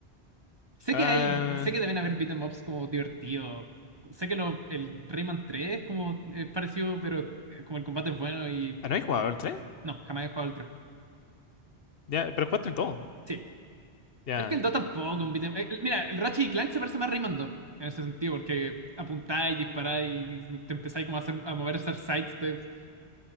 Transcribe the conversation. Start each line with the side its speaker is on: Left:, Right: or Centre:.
Right: Sé
Left: Ah,
Right: que hay, sé que deben haber beat'em ups como divertidos. Sé que lo, el Rayman 3 es como es parecido, pero eh, como el combate es bueno y
Left: ah, ¿no hay jugado el tres
Right: no, jamás he jugado el 3.
Left: Ya, pero jugaste el 2.
Right: Sí.
Left: Ya,
Right: Es que el 2 tampoco, un beat'em- eh, el- Mira, el Ratchet y Clank se parece más a Rayman 2 en ese sentido, porque apuntáis, disparáis y te empezáis como a, hacer, a mover, a hacer side steps.